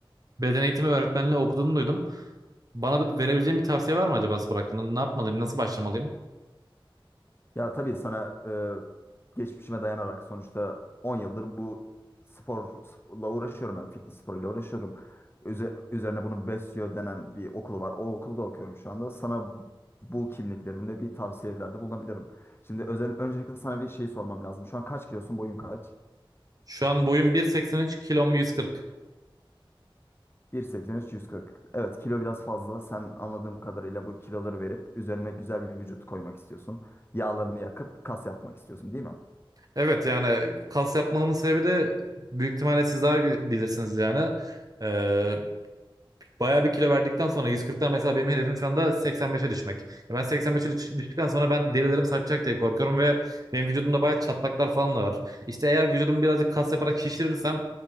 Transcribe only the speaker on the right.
beden eğitimi öğretmenliği okuduğunu duydum. Bana verebileceğin bir tavsiye var mı acaba spor hakkında? Ne yapmalıyım, nasıl başlamalıyım?
Şu an boyum 1.83, kilom 140.
Evet yani kas yapmamın sebebi de büyük ihtimalle siz daha bi- bilirsiniz yani. Ee, Bayağı bir kilo verdikten sonra 140'tan mesela benim hedefim şu anda 85'e düşmek. Ya Ben 85'e düş- düştükten sonra ben derilerim sarkacak diye korkuyorum ve benim vücudumda bayağı çatlaklar falan da var. İşte eğer vücudumu birazcık kas yaparak şişirirsem